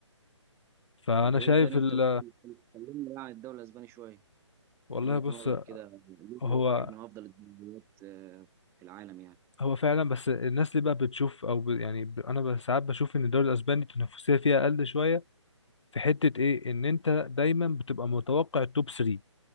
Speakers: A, on the left (about 70°); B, on the right (about 15°).
A: فانا
B: طب وايه
A: شايف
B: تاني انت
A: ال...
B: ممكن تكلمنا بقى عن الدوري الاسباني شويه
A: والله
B: من وجهه
A: بص
B: نظرك كده ليه
A: هو
B: هو واحد من افضل الدوريات آه، في العالم يعني
A: هو فعلا بس الناس اللي بقى بتشوف او ب... يعني ب... انا ب- ساعات بشوف ان الدوري الاسباني التنافسية فيها اقل شوية في حتة ايه ان انت دايما بتبقى متوقع التوب 3